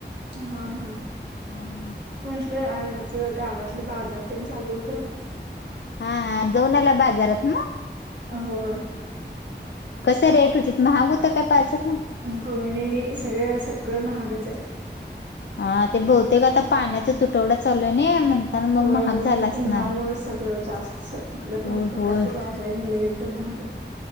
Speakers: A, on the right (about 65°); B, on the left (about 70°).
A: हा हा
B: <inaudible>
A: <inaudible> आज गावातलं बाजार पेठ चालू होत
B: हा हा जाऊन आला बाजारात म
A: होय
B: कस रेट होतीत महाग हुत काय बाजार मग
A: होय नही नही सगळं सगळं महागच आहे.
B: हा ते बहुतेक आता पाण्याचा तुटवडा चालू आहे नय म्हणताना
A: होय
B: मग महाग
A: होय
B: झाला असणार
A: उन्हा मुळ सगळं जास्त कुठलं
B: होय
A: पण
B: होय
A: कायतर भाज्या घ्यायला गेल तर महागच